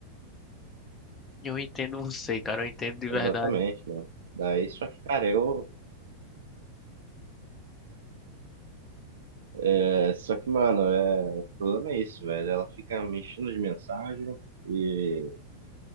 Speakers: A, on the left; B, on the right.
A: Eu entendo você, cara, eu entendo de verdade.
B: exatamente, mano. Daí, só que, cara, eu. é, só que, mano, é, o problema é isso, velho. Ela fica me enchendo de mensagem. E